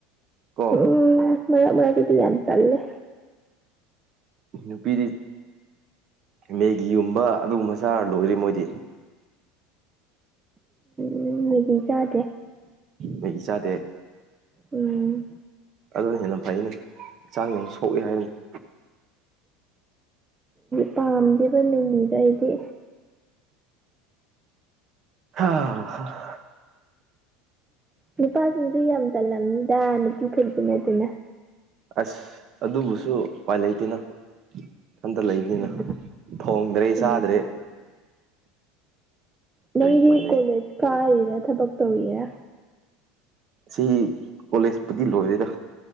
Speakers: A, on the right; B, on the right.
A: ꯀꯣ
B: ꯎꯝ ꯃꯔꯛ ꯃꯔꯛꯇꯗꯤ ꯌꯥꯝ ꯇꯜꯂꯦ
A: ꯅꯨꯄꯤꯗꯤ ꯃꯦꯒꯤꯒꯨꯝꯕ ꯑꯗꯨꯒꯨꯝꯕ ꯆꯥꯔ ꯂꯣꯏꯔꯦ ꯃꯣꯏꯗꯤ
B: ꯎꯝ ꯃꯦꯒꯤ ꯆꯥꯗꯦ
A: ꯀꯩꯒꯤ ꯆꯥꯗꯦ
B: ꯎꯝ
A: ꯑꯗꯨꯅ ꯍꯦꯟꯅ ꯐꯩꯅꯦ ꯍꯛꯆꯥꯡ ꯌꯥꯝ ꯁꯣꯛꯏ ꯍꯥꯏ <unintelligible>
B: ꯄꯥꯝꯗꯦꯕ ꯃꯦꯒꯤꯖꯦ ꯑꯩꯗꯤ꯫
A: ꯍꯥ ꯍꯥ꯫
B: ꯅꯨꯄꯥꯁꯤꯡꯁꯨ ꯌꯥꯝ ꯇꯜꯂꯝꯃꯤꯗ ꯅꯨꯄꯤꯈꯛꯇ ꯅꯠꯇꯅ
A: ꯑꯁ ꯑꯗꯨꯕꯨꯁꯨ ꯎꯄꯥꯏ ꯂꯩꯇꯦꯅ꯫ ꯏꯊꯟꯇ ꯂꯩꯕꯅꯤꯅ
B: ꯎꯝ
A: ꯊꯣꯡꯗ꯭ꯔꯦ
B: ꯎꯝ
A: ꯆꯥꯗ꯭ꯔꯦ꯫
B: ꯅꯪꯗꯤ
A: ꯀꯔꯤ ꯎꯄꯥꯏ ꯂꯩ
B: ꯀꯣꯂꯦꯖ ꯀꯥꯔꯤꯔ ꯊꯕꯛ ꯇꯧꯔꯤꯔ꯫
A: ꯁꯤ ꯀꯣꯂꯦꯖꯄꯨꯗꯤ ꯂꯣꯏꯔꯦꯗ